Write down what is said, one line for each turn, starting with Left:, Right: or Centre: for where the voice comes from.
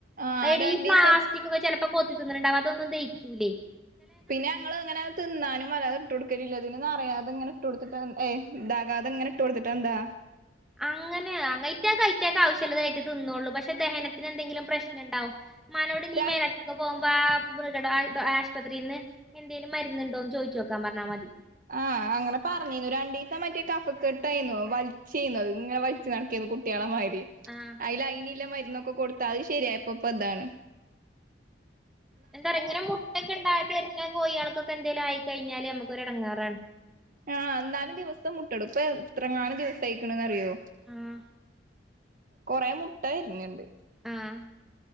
Right: ആഹ്
Centre: എടി
Right: രണ്ടീസം
Centre: പ്ലാസ്റ്റികൊക്കെ ചെലപ്പൊ കൊത്തിത്തിന്നണണ്ടാവും അതൊന്നും ദയിക്കൂലെയ്
Right: പിന്നെ ങ്ങള്ങ്ങനെ തിന്നാനും വല്ലാതെട്ടൊട്ക്കലില്ല ഇതിന് നറയാതെങ്ങനെ ട്ടൊട്ത്ത്ട്ട് ഏയ് ഇതാകാതെങ്ങനെ ട്ടൊട്ത്ത്ട്ടെന്താ
Centre: അങ്ങനാ അയ്റ്റ്യേക്ക് അയ്റ്റ്യേക്കാവശ്യള്ളതെ അയ്റ്റ തിന്നോളൂ പക്ഷെ ദഹനത്തിനെന്തെങ്കിലും പ്രശ്നണ്ടാവും. ഇമ്മാനോട്‌ ഞ്
Right: രണ്ട്
Centre: മേല <unintelligible> ക്ക് പോവുമ്പ മൃഗ ടാ ആയ്ട ആശ്പത്രിന്ന് എന്തേലും മര്ന്ന്ണ്ടോ ന്ന് ചോയ്ച്ചോക്കാം പർഞ്ഞാ മതി.
Right: ആഹ് അങ്ങനെ പർഞ്ഞീന്നു രണ്ടീസം മറ്റേ കഫ കെട്ടായ്ന്നു വൽച്ചെയ്നത് ഇങ്ങനെ വൽച്ച് നടക്കേ കുട്ട്യേളമായി ട്ടി
Centre: ആഹ്
Right: അയില് അയ്ന് ല്ലെ മര്ന്നൊക്കെ കൊടുത്താത് ശെരിയായപ്പൊപ്പ താണ്.
Centre: എന്താ റ്യോ ഇങ്ങനെ മുട്ടക്കെണ്ട തെര്നെ കോയാൾക്കൊക്കെ എന്തേലു ആയിക്കഴിഞ്ഞാല് അമ്മക്ക് ഒരെടങ്ങേറാണ്.
Right: ആഹ് ആഹ് എന്നാലും ദിവസം മുട്ട ടും ഇപ്പ എത്ര ങ്ങാനും ദിവസയ്ക്ണ്ന്ന റ്യോ.
Centre: ആഹ്
Right: കൊറെ മുട്ടയിര്ഞ്ഞ്ണ്ട്.
Centre: ആഹ്